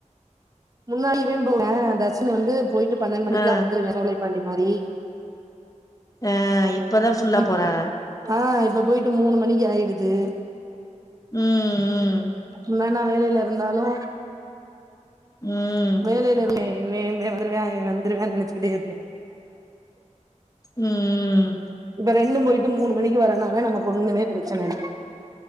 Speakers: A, on the right; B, on the left.
A: முன்னாடி இவெ போவா தஸ்வின வந்து போய்ட்டு பன்னெண்டு மணிக்குலா
B: அ
A: வந்துருவே சோலைப்பாண்டி மாரி
B: ஆ இப்பதா ஃபுல்லா
A: இப்
B: போறா
A: ஆ இப்ப போய்ட்டு மூணு மணிக்கு ஆய்டுது
B: ம் ம்
A: என்னான்னா வேலைய்ல இருந்தாலு
B: ம்
A: வேலைய்ல இர்லே இவே இவ்வே வதுருவே இ வந்துருவேன் நெனச்சுக்கிட்டே இருப்பே
B: ம்ம்ம்
A: இப்ப ரெண்டு போய்ட்டு மூணு மணிக்கி வரனு அதா நமக்கு ஒண்ணுமே ப்ரச்சனை இல்